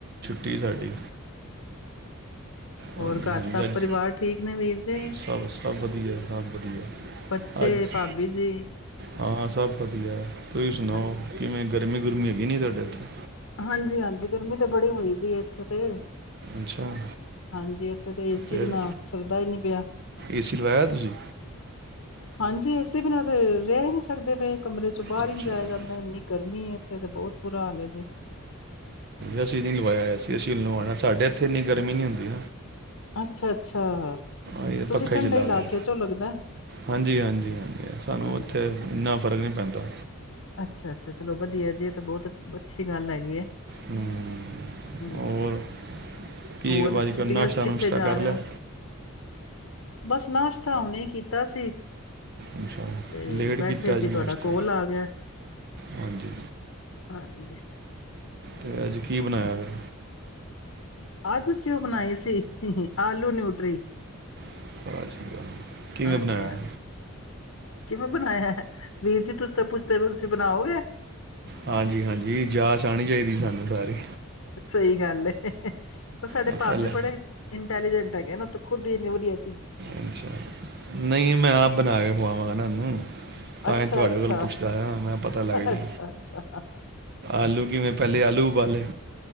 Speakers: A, on the right; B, on the left.
A: ਟੀ ਸਾਡੀ
B: ਹੋਰ
A: ਹਾਂਜੀ
B: ਘਰ
A: ਹਾਂਜੀ
B: ਸਭ
A: ਅੱਜ
B: ਪਰਿਵਾਰ ਠੀਕ ਨੇ ਵੀਰ ਜੀ,
A: ਸਭ ਸਭ ਵਧੀਆ ਸਭ ਵਧੀਆ
B: ਬੱਚੇ,
A: ਅੱਜ
B: ਭਾਬੀ ਜੀ?
A: ਹਾਂ ਸਭ ਵਧੀਆ ਤੁਸੀਂ ਸੁਣਾਓ
B: ਅੱਛ
A: ਕਿਵੇਂ ਗਰਮੀ ਗੁਰਮੀ ਹੈਗੀ ਨਹੀਂ ਤੁਹਾਡੇ ਇੱਥੇ
B: ਹਾਂਜੀ ਹਾਂਜੀ ਗਰਮੀ ਤੇ ਬੜੀ ਹੋਈਦੀ ਹੈ ਇੱਥੇ ਤੇ
A: ਅੱਛਾ
B: ਹਾਂਜੀ ਉਓਥੇ ਤਾਂ ਏਸੀ
A: ਫਿਰ
B: ਬਿ ਨਾ ਸਰਦਾ ਹੀ ਨਹੀਂੀ ਪਿਆ
A: ਏਸੀ ਲਵਾਇਆ ਤੁਸੀਂ
B: ਹਾਂਜੀ, ਏਸੀ ਬਿਨਾਂ ਤੇ ਰੈ ਈ ਨੀ ਸਕਦੇ ਪਏ ਕਮਰੇ ਸੋ ਬਾਅਰ
A: ਅੱਛਾ
B: ਈ ਨੀ ਜਾਇਆ ਜਾਂਦਾ ਏਂਨੀ ਗਰਮੀ ਐ ਫੇਰ ਬੋਤ ਬੁਰਾ ਹਾਲੈ ਜੀ।
A: ਅਸੀਂ ਨੀ ਲਵਾਏਆ ਹੋਇਆ ਸੀ ਅਸੀਂ ਲਵਾਓਣਾ ਸਾਡੇ ਏਥੇ ਇੰਨੀ ਗਰਮੀ ਨੀਂ ਹੁੰਦੀ
B: ਅੱਛਾ-ਅੱਛਾ।
A: ਆਈਂ
B: ਤੁਸੀਂ
A: ਪੱਖਾ
B: ਠੰਡੇ
A: ਚਿਲਾਂਦੇ,
B: ਇਲਾਕੇ ਚੋਂ ਲੱਗਦਾ।
A: ਹਾਂਜੀ-ਹਾਂਜੀ-ਹਾਂਜੀ ਸਾਨੂੰ
B: ਹਾਂਜੀ-ਹਾਂਜੀ,
A: ਏੱਥੇ ਇੰਨਾ ਫ਼ਰਕ ਨੀ ਪੈਂਦਾ।
B: ਅੱਛਾ-ਅੱਛਾ ਚਲੋ ਵਧੀਆ ਜੇ ਏ ਤਾਂ ਬੋਤ ਅੱਛੀ ਗੱਲ ਹੈਗੀ ਐ।
A: ਹਮ,
B: ਹੰਮ੍ਹ,
A: ਔਰ ਕੀ
B: ਹੋਰ
A: ਬਾਜੀ
B: ਛੁੱਟੀਆਂ
A: ਕਰ ਨਾਸ਼ਤਾ
B: ਚ
A: ਨੁਸ਼ਤਾ
B: ਜਾ
A: ਕਰ
B: ਰੇ
A: ਲਿਆ
B: ਓ, ਬਸ ਨਾਸ਼ਤਾ ਹੁਨੇ ਈ ਕੀਤਾ ਤਾ ਸੀ।
A: ਇਨਸ਼ਾਅੱਲਾ
B: ਤੇ
A: ਲੇਟ
B: ਬੈਠੇ
A: ਕੀਤਾ ਜੀ
B: ਸੀ
A: ਨਾਸ਼ਤਾ
B: ਤੋਡਾ ਕੋਲ ਆ ਗਆ‌,
A: ਹਾਂਜੀ
B: ਹਾਂਜੀ।
A: ਤੇ ਅੱਜ ਕੀ ਬਣਾਇਆ ਫੇਰ?
B: ਆਜ ਅਸੀਂ ਓ ਬਣਾਈ ਸੀ, ਆਲੂ ਨਿਊਟਰੀ।
A: <unintelligible>
B: ਹਾਂਜੀ,
A: ਬਣਾਇਆ
B: ਹਾਂਜੀ। ਕਿਵੇ ਬਨਾਏਆ ਹੈ, ਵੀਰ ਜੀ ਤੁਸੀਂ ਤਾ ਪੁੱਛਦੇ ਪ ਜੇ ਬਨਾਓਗੇ
A: ਹਾਜੀ, ਹਾਂਜੀ, ਜਾਚ ਆਣੀ ਚਾਹੀਦੀ ਸਾਨੂੰ ਸਾਰੀ।
B: ਸਹੀ ਗੱਲ ਏ। ਓ ਸਾਡੇ
A: ਆ
B: ਪਾਬੀ
A: ਪਹਿਲੇ
B: ਬੜੇ ਇਟੈਲੀਜੈਂਟ ਹੈਗੇ ਨੇ ਓ ਤੇ ਖੁਦਦੀ ਏਨੇ ਵਦੀਆ
A: ਅੱਛਾ, ਨਈ ਮੈਂ ਆਪ ਬਣਾ ਕੇ ਖੂਆਵਾ ਗਾ ਤਾਂਨੂੰ। ਤਾਂ
B: ਅੱਛਾ-ਅੱਛਾ।
A: ਏਹ ਤੁਆਡੇ ਕੋਲ ਪੁੱਛਦਾ ਆ, ਮੈਂ ਪਤਾ ਲੱਗ ਜੇ
B: ਅੱਛਾ ਅੱਛਾ
A: ਆਲੂ ਕਿਵੇ? ਪੈਲੇ ਆਲੂ ਉਬਾਲੇ